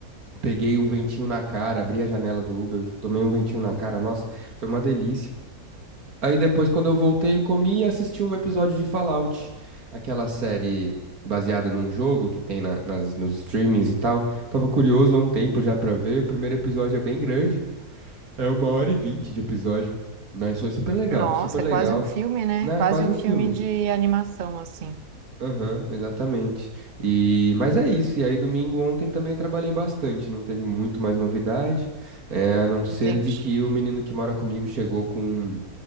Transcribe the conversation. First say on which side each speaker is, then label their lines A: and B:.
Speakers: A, on the right; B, on the right.
A: peguei um ventinho na cara, abri a janela do Uber, tomei um ventinho na cara. Nossa, foi uma delícia. Aí depois, quando eu voltei, comi e assisti um episódio de Fallout, aquela série baseada num jogo que tem na- nas, nos streamings e tal. Tava curioso há um tempo já pra ver. O primeiro episódio é bem grande, é uma hora e vinte de episódio. Mas foi super legal,
B: Nossa,
A: super legal.
B: é quase um filme, né?
A: Né,
B: Quase
A: quase
B: um
A: um
B: filme
A: filme.
B: de animação, assim.
A: Aham, exatamente. E mas é isso. E aí domingo ontem também trabalhei bastante, não teve muito mais novidade, é, a não ser
B: Entendi.
A: de que o menino que mora comigo chegou com